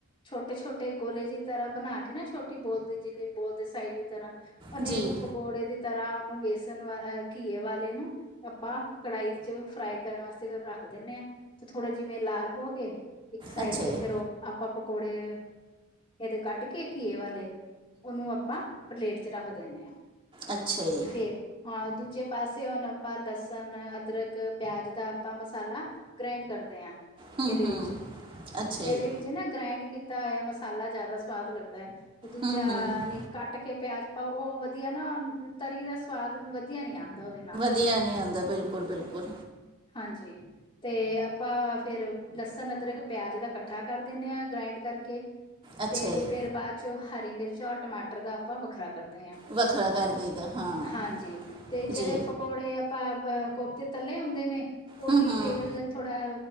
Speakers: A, on the left; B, on the right.
A: ਛੋਟੇ-ਛੋਟੇ ਗੋਲੇ ਦੀ ਤਰ੍ਹਾਂ ਬਣਾਕੇ ਨਾ, ਛੋਟੀ ਬੋਲ ਦੀ ਜਿੰਨੀ ਬੋਲ ਸਾਈਜ ਦੀ ਤਰ੍ਹਾਂ, ਉਹਨੇ
B: ਜੀ
A: ਕੋ ਪਕੌੜੇ ਦੀ ਤਰ੍ਹਾਂ, ਉਹਨੂੰ ਵੇਸਣ, ਘੀਏ ਵਾਲੇ ਨੂੰ। ਆਪਾਂ ਕੜਾਹੀ ਵਿੱਚ ਫਰਾਈ ਕਰਨ ਵਾਸਤੇ ਰੱਖ ਦਿੰਨੇ ਆ ਤੇ ਥੋੜੇ ਜਿਵੇਂ ਲਾਲ ਹੋ ਗਏ ਇੱਕ ਸਾਈਡ
B: ਅੱਛਾ
A: ਤੇ
B: ਜੀ
A: ਫੇਰ ਉਹ ਆਪਾਂ ਪਕੌੜੇ ਇਹਦੇ ਕੱਡ ਕੇ ਘੀਏ ਵਾਲੇ ਉਹਨੂੰ ਆਪਾਂ ਪਲੇਟ'ਚ ਰੱਖ ਦਿੰਨੇ ਆਂ,
B: ਅੱਛਾ ਜੀ
A: ਫਿਰ ਹਾਂ, ਦੂਜੇ ਪਾਸੇ ਹੁਣ ਆਪਾਂ ਲਸਣ, ਅਦਰਕ, ਪਿਆਜ ਦਾ ਆਪਾਂ ਮਸਾਲਾ ਗ੍ਰੈਂਡ ਕਰਦੇ ਆਂ
B: ਹੂੰ
A: ਇਹਦੇ
B: ਹੂੰ
A: ਵਿੱਚ,
B: ਅੱਛਾ
A: ਇਹਦੇ
B: ਜੀ
A: ਵਿੱਚ ਚ, ਨਾ ਗ੍ਰਾਂਈਡ ਕੀਤਾ ਹੋਇਆ ਮਸਾਲਾ ਜ਼ਿਆਦਾ ਸਵਾਦ ਲੱਗਦੈ, ਦੂਜਾ
B: ਹੂੰ ਹੂੰ
A: ਨਹੀਂ। ਕੱਟਕੇ ਪਿਆਜ਼ ਪਾਓ ਉਹ ਵਧੀਆ ਨਾ, ਤਰੀ ਦਾ ਸਵਾਦ ਵਧੀਆ ਨਹੀਂ ਆਂਦਾ ਉਹਦੇ ਨਾਲ।
B: ਵਧੀਆ ਨਹੀਂ ਆਂਦਾ ਬਿਲਕੁੱਲ, ਬਿਲਕੁੱਲ।
A: ਹਾਂਜੀ। ਤੇ ਆਪਾ ਫਿਰ, ਲਸਣ, ਅਦਰਕ, ਪਿਆਜ ਦਾ ਇਕੱਠਾ ਕਰ ਦਿੰਨੇ ਆਂ, ਗ੍ਰਾਇੰਡ ਕਰਕੇ।
B: ਅੱਛਾ
A: ਤੇ
B: ਜੀ
A: ਫਿਰ ਬਾਅ'ਚੋਂ, ਹਰੀ ਮਿਰਚ ਔਰ ਟਮਾਟਰ ਦਾ ਆਪਾਂ ਵੱਖਰਾ ਕਰਦੇ ਆਂ,
B: ਵੱਖਰਾ ਕਰ ਦਈਦਾ ਹਾਂ
A: ਹਾਂਜੀ, ਤੇ ਜਿਹੜੇ
B: ਜੀ
A: ਪਕੋੜੇ ਪਾ, ਨਾ, ਕੋਫਤੇ ਤੱਲੇ ਹੁੰਦੇ ਨੇ, ਉਹੀ
B: ਹੂੰ ਹੂੰ
A: ਤੇਲ ਥੋੜ੍ਹਾ